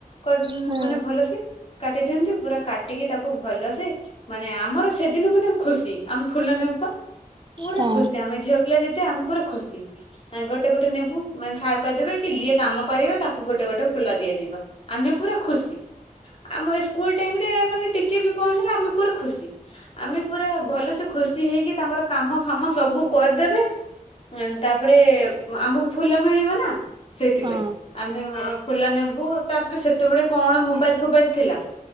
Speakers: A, on the left; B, on the right.
A: କର୍
B: ହୁଁ
A: ମାନେ ଭଲସେ କାଟି ଦିଅନ୍ତି ପୁରା କାଟିକି ତାକୁ ଭଲସେ ମାନେ ଆମର ସେଦିନ ମାନେ ଖୁସି ଆମେ ଫୁଲ ନେବୁପା ପୁରା
B: ହଁ
A: ଖୁସି ଆମେ ଝିଅ ପିଲା ଯେତେ ଆମେ ପୁରା ଖୁସି। ଗୋଟେ ଗୋଟେ ନେବୁ ମାନେ ସାର୍ କହିଦେବେକି ଯିଏ କାମ କରିବେ ତାକୁ ଗୋଟେ ଗୋଟେ ଫୁଲ ଦିଆଯିବ। ଆମେ ପୁରା ଖୁସି ଆମ ଏସ୍କୁଲ୍ ଟାଇମରେ ମାନେ ଟିକେବି କଣ ହେଲେ ଆମେ ପୁରା ଖୁସି। ଆମେ ପୁରା ଭଲସେ ଖୁସି ହେଇକି ତାଙ୍କର କାମ ଫାମ ସବୁ କରିଦେବେ ତାପରେ ଆମକୁ ଫୁଲ ମିଳିବନା ସେଥିପାଇଁ
B: ହଁ
A: ଆମେ ଫୁଲ ନେବୁ ତାପରେ ସେତେବେଳେ କଣ ମୋବାଇଲ୍ ଫୋବାଲି୍ ଥିଲା